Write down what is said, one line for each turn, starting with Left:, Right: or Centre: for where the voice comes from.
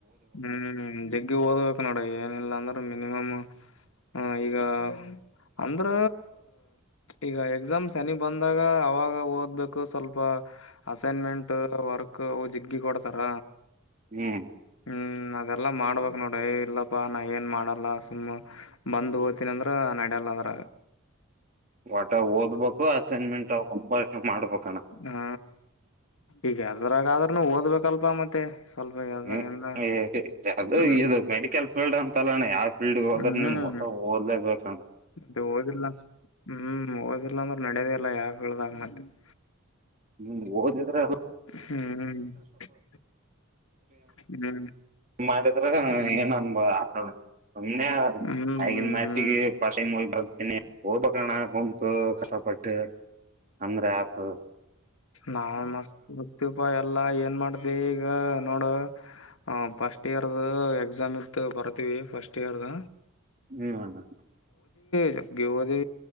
Left: ಹ್ಮ್ ಜಿಗ್ಗಿ ಓದ್ಬೇಕು ನೋಡಿ ಏನಿಲ್ಲ ಅಂದ್ರೆ ಮಿನಿಮಮ್ ಹ ಈಗ ಅಂದ್ರ ಈಗ ಎಕ್ಸಾಮ್ ಶನಿ ಬಂದಾಗ ಅವಾಗ ಓದ್ಬೇಕು ಸ್ವಲ್ಪ ಅಸೈನ್ಮೆಂಟ್ ವರ್ಕ್ ಜಿಗ್ಗಿ ಕೊಡ್ತಾರ
Right: ಹ್ಮ್
Left: ಹ್ಮ್ ಅದೆಲ್ಲಾ ಮಾಡ್ಬೇಕೇಕ್ ನೋಡ್ರಿ ಇಲ್ಲಪ್ಪಾ ನಾ ಏನ್ ಮಾಡಲ್ಲ ಸುಮ್ಮ್ ಬಂದ್ ನಂದ್ರ ನಡ್ಯಲ್ಲ ಅದ್ರ
Right: ಒಟ ಓದ್ಬೇಕು ಅಸೈನ್ಮೆಂಟ್ ಅವ ಕಂಪ ಮಾಡ್ಬೇಕಣ್ಣ
Left: ಹ ಈಗ ಯದರಾಗಾದ್ನು ಓದ್ಬೇಕಲ್ಪಾ ಮತ್ತೆ ಸ್ವಲ್ಪ ಎಲ್ಲ
Right: <unintelligible>
Left: ಹೆಂಗ
Right: ಅದು
Left: ಹ್ಮ್
Right: ಇದು ಮೆಡಿಕಲ್ ಫೀಲ್ಡ್ ಅಂತಲ್ಲಣ ಯಾವ ಫೀಲ್ಡ್ ಹೋದ್ರೆ
Left: ಹ್ಮ್
Right: ನೀನ್ ಓಟ್ಟ <unintelligible> ಓದಲೇಬೇಕು <unintelligible>
Left: ಮತ್ತೆ ಓದಿಲ್ಲ ಹ್ಮ್ ಓದಿಲ್ಲ ಅಂದ್ರೆ ನಡದೇ ಇಲ್ಲ ಯಾಗ ಹೇಳ್ದಾಗ ಮತ್ತೆ <unintelligible>
Right: ಹ್ಮ ಓದಿದ್ರೆ ಅದು <unintelligible>
Left: ಹ್ಮ್ <unintelligible> ಹ್ಮ್
Right: ಮಾಡಿದ್ರ
Left: ಹ್ಮ್
Right: ಏನ್ ಅನ್ಬ ಆತಳ <unintelligible> ಅನ್ನೆ
Left: ಹ್ಮ್
Right: ಅಐಗ
Left: ಹ್ಮ್
Right: ಮಾತಿ ಪಸೆಯ ಮ <unintelligible> ಇ ಹಓಬ ಕಣ ಕುಂತು ಕಷ್ಟಪಟ್ಟು ಅಂದ್ರೆ ಆಪ್ <unintelligible>
Left: ನಾನ್ ಮಸ್ತ್ ಹರ್ತಿಪಾ <unintelligible> ಎಲ್ಲಾ ಏನ್ ಮಾಡ್ದ ಈಗ ನೋಡ ಹ ಫಸ್ಟ್ ಇಯರ್ದ ಎಕ್ಸಾಮ್ ಇತ್ ಬರ್ತಿೀವಿ ಫಸ್ಟ್ ಇಯರ್ದ
Right: ಹ್ಮ <unintelligible>
Left: <unintelligible> ಓದಿ